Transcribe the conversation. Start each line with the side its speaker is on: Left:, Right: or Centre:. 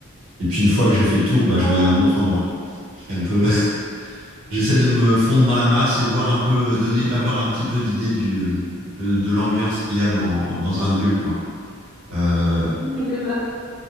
Right: Et puis une fois que j'ai fait le tour, bah, je
Centre: Mm,
Right: vais à un autre endroit. Je fais un peu, <laughs> j'essaie de me fondre dans la masse et voir un peu, donner, avoir un petit peu d'idée du euh, de, de l'ambiance qu'il y a dans, dans un lieu, quoi. Euh,
Centre: les deux, bah.